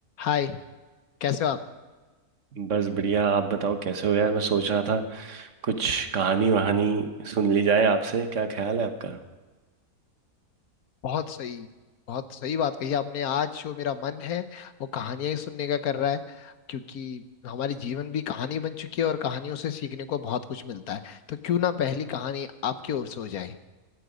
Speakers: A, on the left (about 75°); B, on the right (about 55°).
A: हाय कैसे हो आप
B: बस बढ़िया आप बताओ कैसे हो यार मैं सोच रहा था कुछ कहानी वहानी सुन ली जाए आपसे क्या ख्याल है आपका
A: बहुत सही बहुत सही बात कही आपने आज जो मेरा मन है वो कहानियां ही सुनने का कर रहा है क्योंकि हमारी जीवन भी कहानी बन चुकी है और कहानियों से सीखने को बहुत कुछ मिलता है तो क्यों ना पहली कहानी आपकी ओर से हो जाए